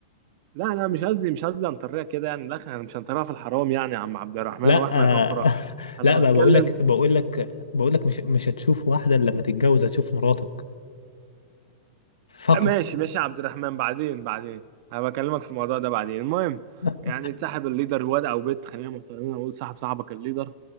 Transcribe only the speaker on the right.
لا لا مش قصدي مش قصدي انطريها كده يعني لا احنا مش هنطريها في الحرام يعني يا عم عبد الرحمن
واحنا
كفره انا
بتكلم
ماشي ماشي يا عبد الرحمن بعدين بعدين انا بكلمك في الموضوع ده بعدين المهم
يعني تصاحب الليدر واد او بنت خلينا محترمين اقول صاحب صاحبك الليدر